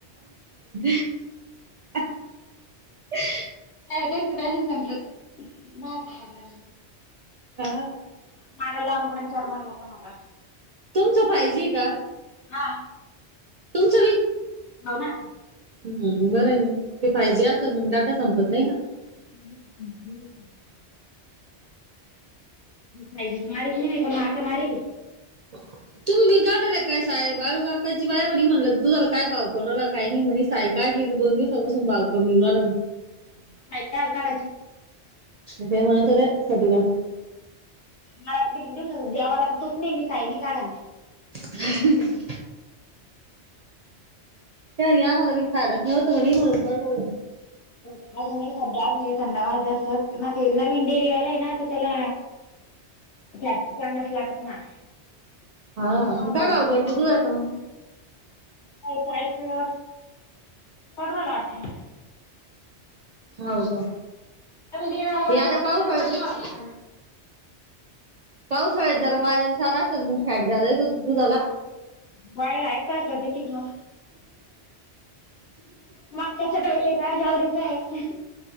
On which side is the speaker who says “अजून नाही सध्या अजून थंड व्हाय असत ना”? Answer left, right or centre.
Left